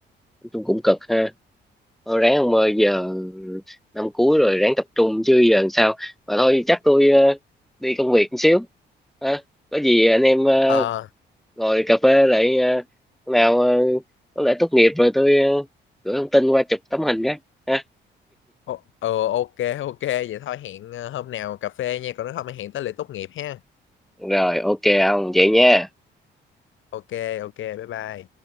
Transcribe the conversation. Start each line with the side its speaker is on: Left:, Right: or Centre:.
Centre: nói cũng cực ha thôi ráng ông ơi giờ năm cuối rồi ráng tập trung chứ giờ làm sao mà thôi chắc tôi ờ, đi công việc một xíu ha có gì anh em ờ,
Left: Ờ,
Centre: ngồi cà phê lại ờ, hôm nào ờ, có lẽ tốt nghiệp rồi tôi ờ, gửi thông tin qua chụp tấm hình cái ha
Left: Ồ, ừ, ok ok vậy thôi hẹn ờ, hôm nào cà phê nha còn nếu không thì hẹn tới lễ tốt nghiệp ha
Centre: rồi ok ông vậy nha
Left: ok ok bye bye